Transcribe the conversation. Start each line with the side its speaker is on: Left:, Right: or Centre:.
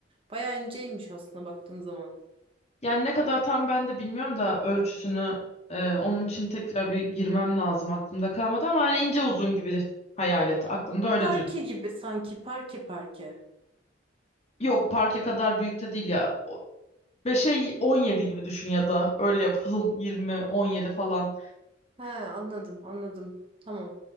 Right: Bayağı inceymiş aslında baktığın zaman.
Left: Yani ne kadar tam ben de bilmiyorum da ölçüsünü e, onun için tekrar bir girmem lazım aklımda kalmadı ama hani ince uzun gibi hayal et aklımda öyle
Right: Parke
Left: düşün.
Right: gibi sanki, parke parke.
Left: Yok parke kadar büyük de değil ya. O- 5'e 17 gibi düşün ya da öyle yapalım 20 17 falan.
Right: He, anladım, anladım. Tamam.